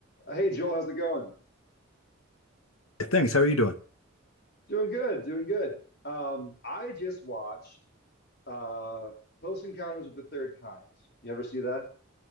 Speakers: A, on the left; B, on the left.
A: Uh, Hey, Joel, how's it going?
B: Thanks. How are you doing?
A: Doing good, doing good. Um, I just watched uh, Close Encounters of the Third Kind. You ever see that?